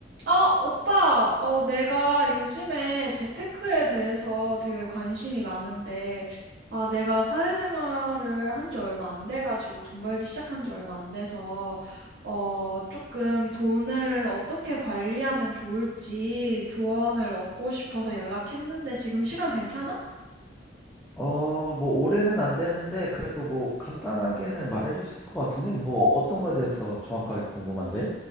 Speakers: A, on the right; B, in the centre.
A: 아, 오빠, 어, 내가 요즘에 재테크에 대해서 되게 관심이 많은데, 아, 내가 사회생활을 한지 얼마 안 돼가지고, 돈 벌기 시작한 지 얼마 안 돼서, 어, 조금 돈을 어떻게 관리하면 좋을지 조언을 얻고 싶어서 연락했는데, 지금 시간 괜찮아?
B: 어, 뭐, 올해는 안 되는데, 그래도 뭐, 간단하게는 말해줄 수 있을 것 같은데, 뭐, 어떤 거에 대해서 정확하게 궁금한데?